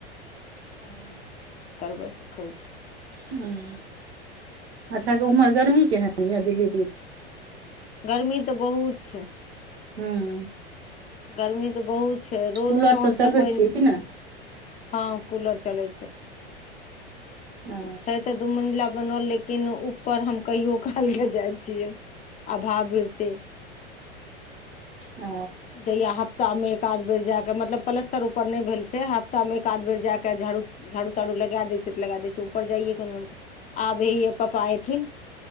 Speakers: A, on the right; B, on the left.
A: हँ
B: करबै रखै छी
A: हूंम्म अच्छा उम्हर गर्मी केहन यऽ दिल्ली दिस
B: गरमी तऽ बहुत छै
A: हूंम्म
B: गर्मी तऽ बहुत छै रोज
A: कूलर
B: साँझके
A: सब चलबै
B: पानि
A: छियै कि नहि
B: हँ कूलर चलै
A: ओ
B: छै तऽ दू मंजिल बनल लेकिन ऊपर हम कहियो काल के जाय छियै आधा भीरतै
A: ओ
B: जहिया हफ्ता मे एकाध बेर जायाक मतलब पलस्तर ऊपर नहि भेल छै हफ्ता मे एकाध बेर जाक झाड़ू झाड़ू तारू लगा दै छै तऽ लगा दै छै ऊपर जाइयके आब ए पप्पा एथिन